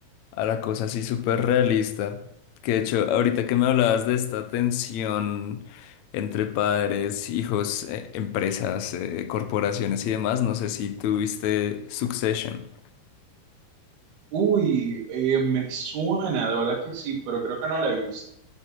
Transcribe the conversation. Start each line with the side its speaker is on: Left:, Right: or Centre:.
Left: a la cosa así súper realista. Que de hecho, ahorita que me hablabas de esta tensión entre padres, hijos, eh, empresas, eh, corporaciones y demás, no sé si tuviste Succession.
Right: Uy, eh, me suena, de verdad que sí, pero creo que no la he visto.